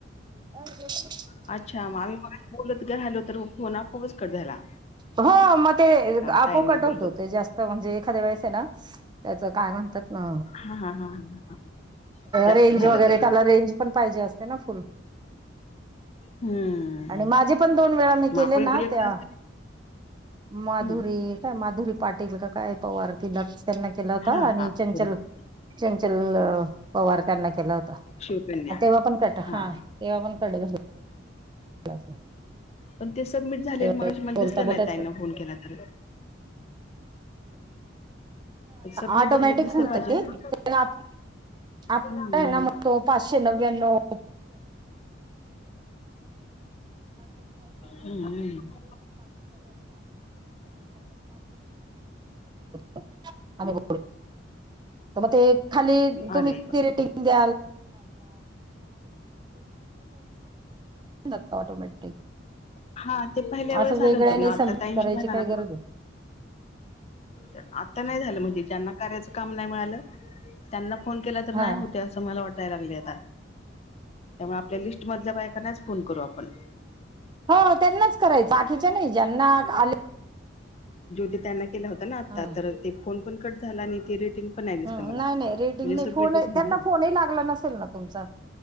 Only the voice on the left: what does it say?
अच्छा, मग आम्ही मघाशी बोलत उभ्या राहिलो तर फोन आपोआपच कट झाला.
अ,
ताईंनी
बोलत
होत्या.
हां, हां, हां, हां. जास्त
झालं
तर
मग.
हं.
मग
आपण
इकडे एकटाच
हं.
हां,
हां.
बरोबर.
शिवकन्या.
हां.
पण ते सबमिट झालेल
मगाशी मला
दिसलं
नाही ताईंना
फोन केला तर सबमिट
झालेलं दिसलं
पाहिजे
ना? हं, हं.
हं, हं.
अरे बापरे!
हा ते पहिल्या
वेळेस
आलं होतं पण आता
ताईंशी
झाला
ना
कॉल
तर आता नाही झालं म्हणजे, ज्यांना कार्याचं काम नाही मिळालं त्यांना फोन केला तर नाही
होते अस अस मला वाटायला लागले आता, त्यामुळे आपल्या लिस्ट मधल्या बायकांनाच फोन करू आपण
ज्योती ताईंना केला होता ना आता
तर ते फोन पण कट झाला आणि ते रेटिंग पण नाही दिसलं
मला
म्हणजे
सबमिटच
नाही
झालं